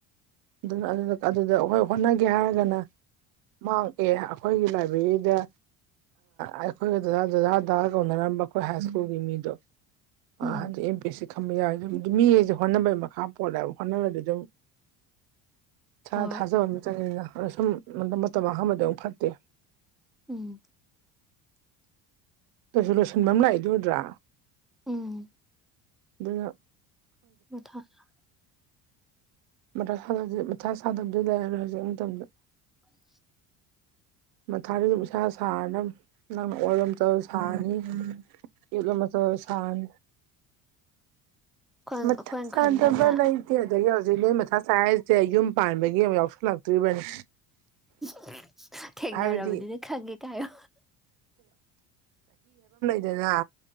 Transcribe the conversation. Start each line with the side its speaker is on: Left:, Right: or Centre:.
Right: ꯑꯗꯨꯅ ꯑꯗꯨꯅ ꯑꯗꯨꯗ ꯑꯩꯈꯣꯏ ꯍꯣꯠꯅꯒꯦ ꯍꯥꯏꯔꯒꯅ ꯃꯥꯡꯑꯦ ꯑꯩꯈꯣꯏꯒꯤ ꯂꯥꯏꯕ꯭ꯔꯔꯤꯗ ꯑꯩꯈꯣꯏꯒ ꯗꯗꯥ ꯗꯗꯥ ꯗꯥ ꯀꯧꯅꯔꯝꯕ ꯑꯈꯣꯏ ꯍꯥꯏ ꯁ꯭ꯀꯨꯜꯒꯤ ꯃꯤꯗꯣ꯫
Centre: ꯎꯝ
Right: ꯑꯥ ꯍꯟꯗꫭ ꯑꯦꯝꯄꯤꯁꯤ ꯈꯝꯕ ꯌꯥꯎꯋꯦꯗꫭ ꯑꯗꯨꯝ ꯃꯤ ꯑꯩꯁꯦ ꯍꯣꯠꯅꯕꯒꯤ ꯃꯈꯥ ꯄꯣꯠꯂꯦꯕ ꯍꯣꯠꯅꯕꯗ ꯑꯗꯨꯝ ꯊꯥ
Centre: ꯍꯣꯏ
Right: ꯊꯥꯖꯕ ꯃ ꯆꯪꯑꯦꯗ꯫ ꯑꯗ ꯁꯨꯝ ꯃꯇꯝ-ꯃꯇꯝ ꯃꯥꯡꯍꯟꯕꯗꫭ ꯑꯎꯝ ꯐꯠꯇꯦ꯫
Centre: ꯎꯝ
Right: ꯗꫭꯏꯁꯨ ꯂꯣꯁꯤꯟꯕꯦꯝ ꯂꯥꯛꯏꯗꫭ ꯎꯗ꯭ꯔꯥ꯫
Centre: ꯎꯝ
Right: ꯗꯨꯅ
Centre: ꯃꯊꯥꯁꯥ
Right: ꯃꯊ ꯃꯊꯥ ꯁꯥꯗꯕꯗꯤ ꯂꯩꯔꯔꯦ ꯍꯧꯖꯤꯛ ꯃꯇꯝꯗ
Centre: ꯎꯝ
Right: ꯃꯊꯥꯗꯤ ꯑꯗꯨꯝ ꯏꯁꯥ ꯁꯥꯔꯅ ꯅꯪꯅ ꯑꯣꯜꯂꯣꯝ ꯃꯇꯝ ꯁꯥꯅꯤ ꯌꯦꯠꯂꯣꯝꯕ ꯃꯇꯝ ꯁꯥꯅꯤ
Centre: ꯑꯩꯈꯣꯏꯅ
Right: ꯃꯊꯥ ꯁꯥꯟꯗꯕ
Centre: ꯈꯟꯕꯅ
Right: ꯂꯩ ꯏꯗꯤ ꯍꯥꯏꯖ ꯍꯧꯖꯤ ꯃꯊꯥ ꯁꯥꯏꯖꯁꯦ ꯌꯨꯝ ꯄꯥꯟꯕꯒꯤ ꯑꯃꯨꯛ ꯌꯥꯎꯁꯜꯂꯛꯇꯣꯔꯤꯕꯅꯤ
Centre: <inaudible> ꯊꯦꯡꯅꯔꯕꯅꯤꯅ
Right: ꯍꯥꯏꯕꯗꯤ
Centre: ꯈꯪꯉꯦ ꯀꯥꯏꯌꯣ
Right: ꯑꯗꯨꯅ